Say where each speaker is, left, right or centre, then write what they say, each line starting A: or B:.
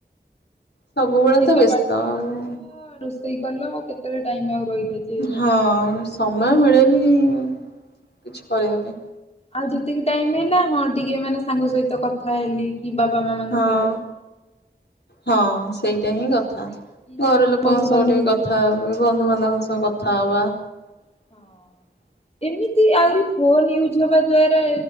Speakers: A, on the left; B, on the left.
A: ସବୁବେଳେ
B: ନିଜେ ତ
A: ବ୍ୟସ୍ତ
B: ପାଠ
A: ଆଉ
B: ପଢିଲ ରୋଷେଇ କଲ କେତେବେଳେ ଟାଇମ୍ ଆଉ ରହିଲା ଯେ ବସ
A: ହଁ ସମୟ ମିଳେନି କିଛି କରିବା ପାଇଁ।
B: ଆଉ ଯେତିକି ଟାଇମ୍ ହେଲା ହଁ ଟିକେ ମାନେ ସାଙ୍ଗ ସହିତ କଥା ହେଲି କି ବାବା ମାମାଙ୍କ
A: ହଁ
B: ସହିତ କଥା
A: ହଁ ସେଇଟା ହିଁ କଥା
B: କି
A: ଘର ଲୋକଙ୍କ
B: ବନ୍ଧୁବାନ୍ଧବଙ୍କ
A: ସହ ଟିକେ କଥା
B: ସହିତ
A: ବନ୍ଧୁବାନ୍ଧବଙ୍କ ସହ କଥା ହବା।
B: ହଁ
A: <inaudible>
B: ଏମିତି ଆହୁରି ଫୋନ ୟୁଜ୍ ହବା ଦ୍ଵାରା